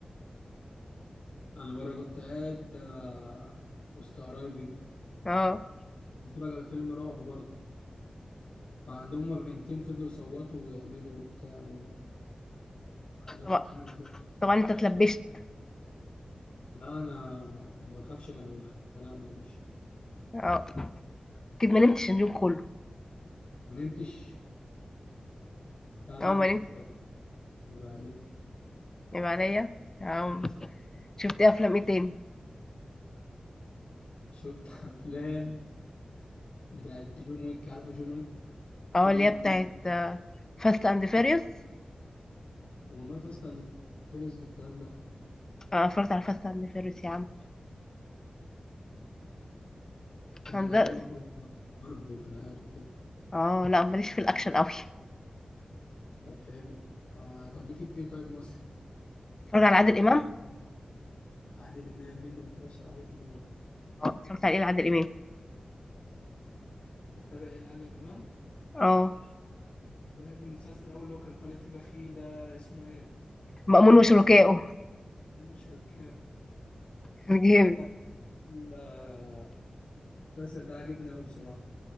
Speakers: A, on the left; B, on the left.
A: انا مره كنت قاعد آه، وسط قرايبي
B: اه
A: بتفرج على فيلم رعب برضه فعندهم هما بنتين فضلوا يصوتوا ويعملوا بتاع وحاجات غريبه
B: طبعا
A: كده
B: طبعا انت اتلبشت
A: لا انا ما بخافش الا من الخلانه يا باشا
B: اه اكيد ما نمتش اليوم كله
A: ما نمتش انا
B: اه
A: نمت
B: ما نمت
A: يبقى عليك
B: يبقى عليا آه. شفت افلام ايه تاني
A: شفت <laughs> افلام بتاعت جون ويك عارفه جون ويك فيلم
B: اه اللي
A: الاجنبي
B: هي بتاعت فاست اند فيريوس
A: هو مال فاست اند فيرس بالكلام ده
B: اه اتفرجت على فاست اند فيريوس يا عم
A: لا
B: أنا
A: ده جون
B: ده
A: ويك ده ضرب وخناقات وكده
B: اه لا ماليش في الاكشن قوي
A: طب حلو آه طب ليكي في ايه طيب مصري
B: اتفرج على عادل امام
A: عادل امام مين ما بيتفرجش على عادل امام
B: اه اتفرجت على ايه لعادل امام
A: متابع ايه لعادل امام
B: اه
A: كنت بحب المسلسل الاول اللي هو كان طالع فيه بخيل ده اسمه ايه
B: مأمون
A: آه،
B: وشركائه
A: مش فاكر.
B: <laughs> جامد
A: كان آه، المسلسل ده عاجبني قوي بصراحه